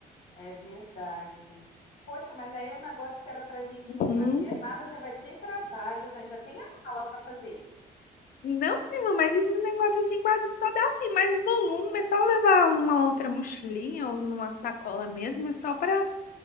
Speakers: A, on the left (about 85°); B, on the left (about 60°).
A: É verdade. Poxa, mas aí é um negócio que era pra gente
B: Uhum.
A: não fazer nada, já vai ter trabalho, né? Já tem a mala para fazer.
B: Não, prima, mas esse negócio assim quase só dá assim mais volume, é só levar uma outra mochilinha ou numa sacola mesmo, é só para